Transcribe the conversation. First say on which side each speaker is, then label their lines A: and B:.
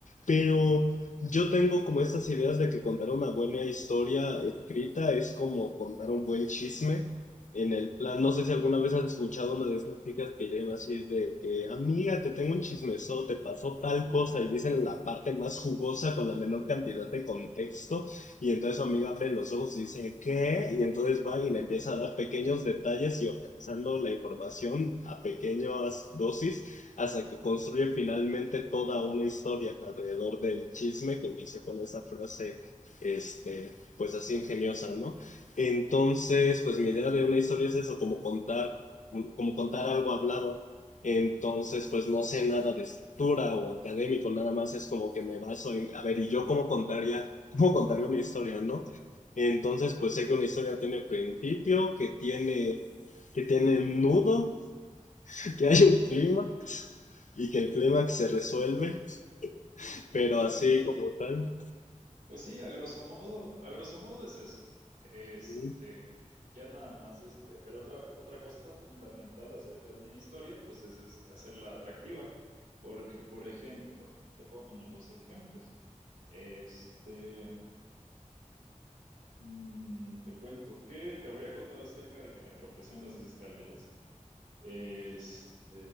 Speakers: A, on the left; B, on the right.
A: Pero yo tengo como estas ideas de que contar una buena historia escrita es como contar un buen chisme en el plan, no sé si alguna vez has escuchado una de esas chicas que llegan así de que, amiga, te tengo un chismesote, te pasó tal cosa, y dicen la parte más jugosa con la menor cantidad de contexto, y entonces su amiga abre los ojos y dice, ¿qué? Y entonces va y le empieza a dar pequeños detalles y organizando la información a pequeñas dosis hasta que construye finalmente toda una historia alrededor del chisme que inició con esa frase, este, pues así ingeniosa, ¿no? Entonces, pues mi idea de una historia es eso, como contar, como contar algo hablado. Entonces, pues no sé nada de escritura o académico, nada más es como que me baso en, a ver, ¿y yo cómo contaría, cómo contaría una historia, no? Entonces, pues sé que una historia tiene principio, que tiene, que tiene nudo, <laughs> que hay un clima y que el clímax se resuelve,
B: Pu-
A: pero
B: Pues
A: así
B: sí,
A: como tal,
B: Pues sí, a grosso modo, a grosso modo es eso. Este,
A: no,
B: ya nada más, este, pero otra, otra cosa fundamental acerca de una historia, pues es este, hacerla atractiva. Porque, por ejemplo, te puedo poner dos ejemplos. Este, mm, te cuento que te voy a contar acerca de que me tropecé en las escaleras. Este,